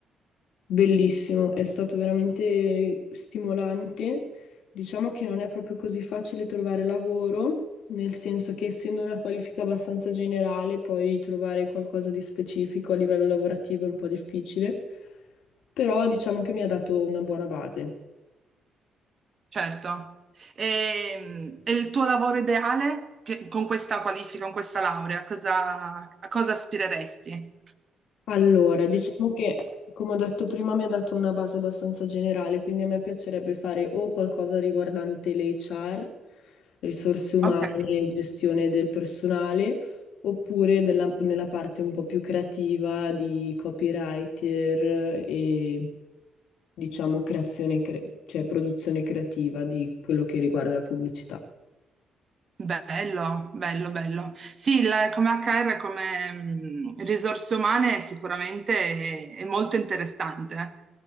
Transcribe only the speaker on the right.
Certo. E, e il tuo lavoro ideale Che- con questa qualifica, con questa laurea, cosa- a cosa aspireresti?
Ok,
bello, bello, bello. Sì, il- come HR, come mm, risorse umane sicuramente è, è molto interessante,